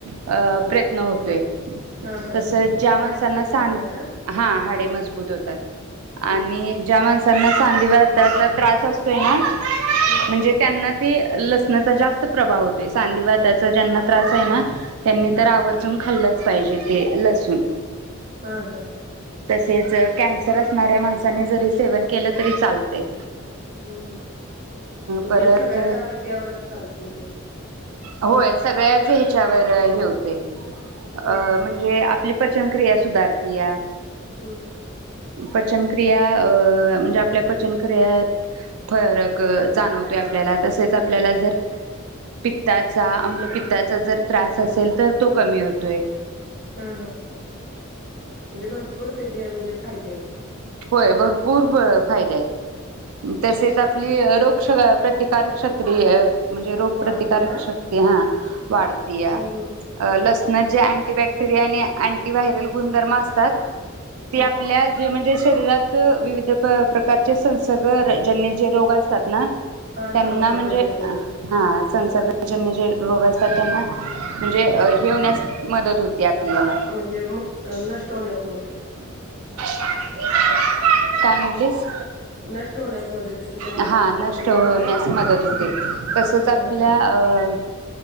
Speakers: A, on the right; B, on the right.
A: अ प्रयत्न होतोय.
B: हा हा.
A: तस ज्या
B: हाडे
A: माणसना
B: मजबूत
A: सांदे
B: होतात का
A: हा हाडे मजबूत होतात. आणि
B: हम्म
A: आणि
B: हम्म
A: ज्या माणसांना सांधिवात त्याचा त्रास असतोय ना
B: हम्म
A: म्हणजे त्यांना ते लसणाचा जास्त प्रभाव होतोय सांधी वाताचा ज्यांना त्रास आहे ना त्यांनी
B: हा
A: तर आवर्जून खाल्लंच पाहिजे ते लसूण.
B: हां हां..
A: तेच कॅन्सर असणाऱ्या माण चणे जरी सेवन केलं तरी चालते
B: हम्म हम्म म्हणजे
A: परत
B: सगळ्याच आरोग्यावर चालते ते
A: होय सगळ्याच ह्याच्यावर हे हुतय
B: हम्म
A: अ
B: हम्म
A: म्हणजे आपली पचन क्रिया सुधारतीया
B: हम्म.
A: प - क्रिया म्हणजे आपल्या पचन क्रियात फरक जाणव होतोय आपल्याला तसेच
B: हम्म.
A: आपल्याला जर पित्ताचा अमलपित्ताचा जर त्रास असेल.... तर तो कमी होतोय
B: हां हां म्हणजे भरपूर त्याजे म्हणजे फायदे आहेत..
A: होय भरपूर फायदे आहेत
B: हम्म
A: तसेच
B: हम्म
A: आपली रोग क्ष प्रतिकारक क्षत्री म्हणजे रोग
B: वाढते
A: प्रतिकारक
B: का?
A: शक्ती हां.... वाढ तिया
B: हम्म हम्म
A: लसणात जे अँटी बॅक्टेरिया आणि अँटी व्हायरल गुणधर्म असतात ते
B: हा
A: आपल्या जे म्हणजे शरीरात विविध प्रकारचे संसर्ग जन्य जे रोग असतात ना
B: हा
A: त्यांना
B: संसर्गजन्य
A: म्हणजे
B: रोग
A: हां संसर्गजन्य जे रोग असतात त्यांना म्हणजे हे होण्यास मदत होते आपल्याला
B: म्हणजे मुक्त नष्ट होण्यास मुक्त
A: <unintelligible> काय म्हणलीस
B: नष्ट होण्यास मदत होती का सर
A: <unintelligible> हां
B: संसर्गजन्य
A: नष्ट होण्यास मदत होते तसंच
B: हा
A: आपल्या
B: हा
A: अ